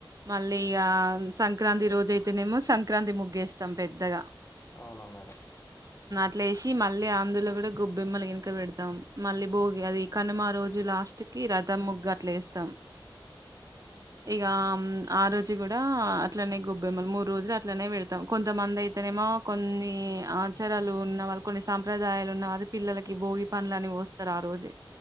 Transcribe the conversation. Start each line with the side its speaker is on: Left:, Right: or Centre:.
Right: మళ్ళీగా సంక్రాంతి రోజైతేనేమో స సంక్రాంతి ముగ్గేస్తం పెద్దగా
Left: ఔన మేడం
Right: అట్లేశి మళ్ళీ అందులో గుడ గొబ్బెమ్మలు గిన్క పెడ్తాం మళ్ళీ భోగి అది కాన్మా రోజ్ జు లాస్ట్ కి రథం
Left: హ్మ్.
Right: ముగ్గట్ల ఏస్తం ఇగా ఆరోజ్ గుడా అట్లనే గొబ్బెమ్మ మూడు రోజ్లు అట్లనే పెడ్తాం కొంతమంది ఐతేనేమో కొన్ని ఆచారాలున్న వాళ్ కొన్ని సాంప్రదాయాలు ఉన్న అది పిల్లలకి భోగి పన్లని పోస్తరారోజే